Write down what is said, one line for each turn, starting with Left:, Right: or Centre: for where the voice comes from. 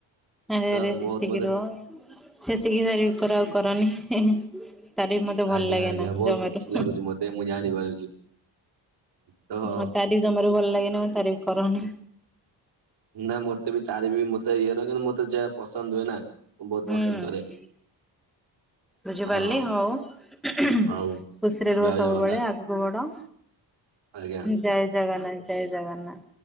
Centre: ଆରେ
Right: ତ
Centre: ଆରେ ସେତିକି
Right: ବହୁତ ମତେ
Centre: ରୁହ, ସେତିକି ତାରିଫ୍ କର। ଆଉ କରନି, ତାରଫି ମତେ ଭଲ
Right: ଆଜ୍ଞା
Centre: ଲାଗେନା
Right: ଆଜ୍ଞା ବହୁତ
Centre: ଜମାରୁ।
Right: ଖୁସି ଲାଗୁଛି ମତେ ମୁଁ ଜାଣିପାରୁଛି ତ
Centre: ହଁ ତାରିଫ ଜମାରୁ ଭଲ ଲାଗେନି, ମତେ ତାରିଫ କରନି।
Right: ନା ମତେ ବି ଚାରି ବି ମତେ ଇଏ ନୁହେଁ, କିନ୍ତୁ ମତେ ଯାହା ପସନ୍ଦ ହୁଏ ନା ମୁଁ ବହୁତ
Centre: ହୁଁ।
Right: ପସନ୍ଦ କରେ।
Centre: ବୁଝିପାରିଲି
Right: ହଁ
Centre: ହଉ, ଖୁସିରେ
Right: ହଉ
Centre: ରୁହ
Right: ଜୟ
Centre: ସବୁବେଳେ,
Right: ଜଗନ୍ନାଥ
Centre: ଆଗକୁ ବଢ।
Right: ଆଜ୍ଞା
Centre: ଜୟ ଜଗନ୍ନାଥ ଜୟ ଜଗନ୍ନାଥ।